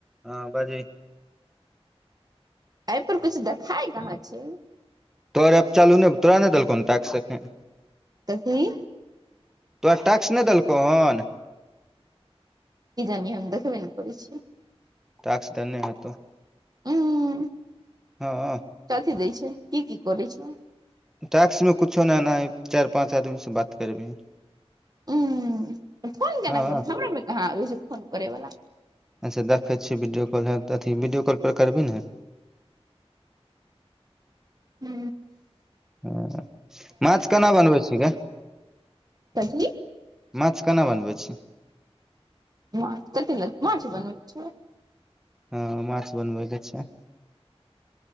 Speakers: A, in the centre; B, on the right.
A: हँ बाजही
B: एहि पर कुछ देखाय कहाँ छै
A: तोर एप चालू नै तोरा नै दलकौ न ताकस अखन
B: कऽभी <unintelligible>
A: तोरा टैक्स नै देलकौ हन
B: की जाने हम देखबे नै करै छीयै
A: टाक्स धन्यहेतौ
B: उंम्म
A: हँ
B: कथी दै छै ई की करै छै
A: टाक्स मे कुछो नै एनाहि चारि पाँच आदमी स बात करबी ही
B: ऊ फोन केना
A: हँ
B: कर हमरामे कहाँ अबै छै फोन करैवला
A: अच्छा दखै छीयै वीडियोकाॅल ह त अथी वीडियो कॉल करबी ने
B: हू
A: हँ माछ केना बनबै छी गे
B: कथी
A: माछ कना बनबै छी
B: मछ क ल मछ बनबै छै <unintelligible>
A: हँ माछ बनबैके छै